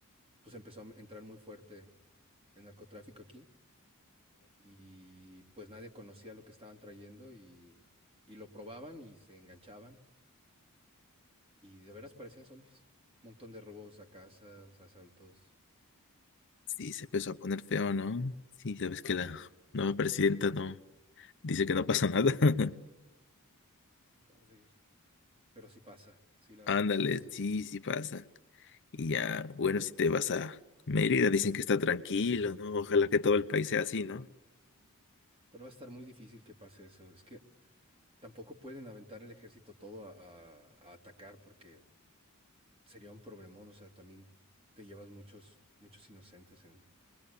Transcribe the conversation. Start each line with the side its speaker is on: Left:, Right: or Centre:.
Right: pues empezó a entrar muy fuerte el narcotráfico aquí y pues nadie conocía lo que estaban trayendo y, y lo probaban y se enganchaban Y de veras parecían zombies. Un montón de robos a casas, asaltos.
Left: Sí, se empezó a poner feo, ¿no? Sí, sabes que la nueva presidenta no dice que no pasa nada. <laughs>
Right: No, sí. Pero sí pasa. Sí, la verdad
Left: Ándale,
Right: sí pasa.
Left: sí, sí pasa. Y ya, bueno, si te vas a Mérida, dicen que está tranquilo, ¿no? Ojalá que todo el país sea así, ¿no?
Right: Pero va a estar muy difícil que pase eso. Es que tampoco pueden aventar el ejército todo a, a- a atacar porque sería un problemón. O sea, también te llevas muchos, muchos inocentes en,